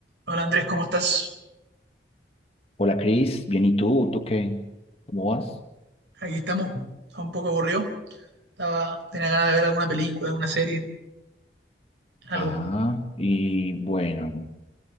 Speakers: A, on the right; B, on the left.
A: Hola Andrés, ¿cómo estás?
B: Hola Cris, bien, ¿y tú? ¿Tú qué? ¿Cómo vas?
A: Aquí estamos. Estaba un poco aburrido. Estaba, tenía ganas de ver alguna película, alguna serie, algo.
B: Ah, y bueno,